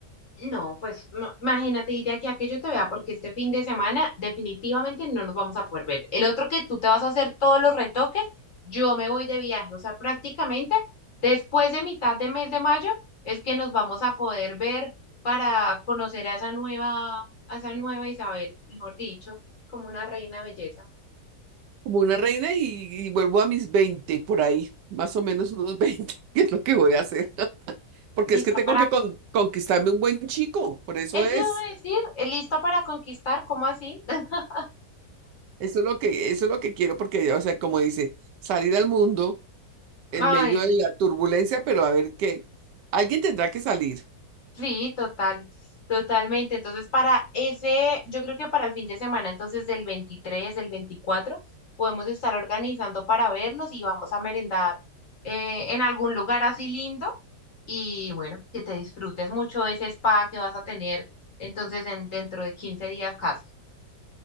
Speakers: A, on the left (about 50°); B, on the right (about 80°).
A: No, pues no, imagínate, y de aquí a que yo te vea, porque este fin de semana definitivamente no nos vamos a poder ver. El otro que tú te vas a hacer todos los retoques, yo me voy de viaje, o sea, prácticamente después de mitad de mes de mayo es que nos vamos a poder ver para conocer a esa nueva, a esa nueva Isabel, mejor dicho, como una reina de belleza,
B: como una reina y, y vuelvo a mis 20 por ahí, más o menos unos 20 <laughs> que es lo que voy a hacer. <laughs> Porque
A: lista
B: es que tengo
A: para,
B: que con- conquistarme un buen chico, por eso
A: eso
B: es.
A: iba a decir, eh, lista para conquistar, ¿cómo así? <laughs>
B: Eso es lo que, eso es lo que quiero, porque, o sea, como dice, salir al mundo
A: Ay,
B: en medio de
A: no.
B: la turbulencia, pero a ver qué. Alguien tendrá que salir.
A: Sí, total, totalmente. Entonces, para ese, yo creo que para el fin de semana, entonces del 23, del 24, podemos estar organizando para vernos y vamos a merendar eh, en algún lugar así lindo. Y bueno, que te disfrutes mucho ese spa que vas a tener entonces en, dentro de 15 días casi.